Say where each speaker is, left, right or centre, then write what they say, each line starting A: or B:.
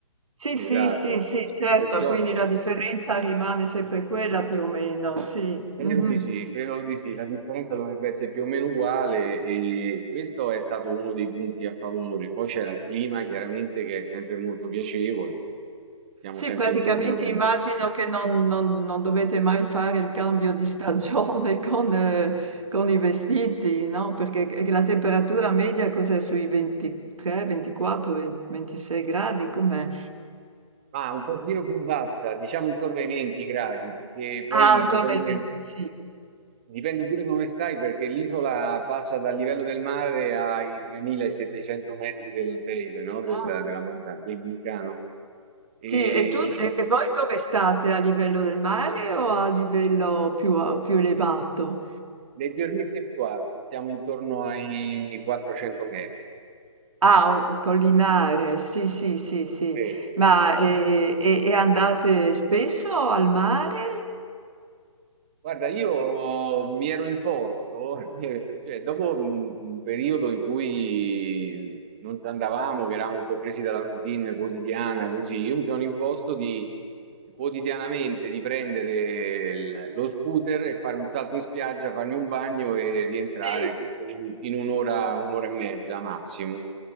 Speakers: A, on the right; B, on the right.
A: Sì,
B: Esatto.
A: sì, sì, sì, certo,
B: Perciò
A: quindi la differenza rimane sempre quella più o meno, sì.
B: credo
A: Mhm.
B: di sì, credo di sì. La differenza dovrebbe essere più o meno uguale e questo è stato uno dei punti a favore. Poi c'era il clima, chiaramente, che è sempre molto piacevole. Siamo
A: Sì,
B: sempre
A: praticamente
B: intorno
A: immagino che non, non- non dovete mai fare il cambio di stagione <laughs> con, eh, con i vestiti, no? Perché c- la temperatura media cos'è sui 23, 24, 20 26 gradi? Com'è?
B: Ma un pochino più bassa, diciamo intorno ai 20 gradi, perché poi
A: Ah, attorno
B: dipende,
A: ai 25.
B: dipende pure dove stai, perché l'isola passa dal livello del mare ai 3700 metri dell'alteide, no? Del-
A: Ah,
B: della montagna, del vulcano. E
A: sì, e tu, e e voi dove state? A livello del mare o a livello più, a- più elevato?
B: leggermente più alti, stiamo intorno ai 400 metri.
A: Ah, o collinare, sì, sì, sì, sì.
B: Sì.
A: Ma e, e- e andate spesso al mare?
B: Guarda, io mi ero imposto, <laughs> eh, cioè dopo un un periodo in cui non ci andavamo, che eravamo un po' presi dalla routine quotidiana, così, io mi sono imposto di quotidianamente di prendere il- lo scooter e fare un salto in spiaggia, farmi un bagno e rientrare
A: Sì,
B: tutto in, in un'ora, un'ora e mezza massimo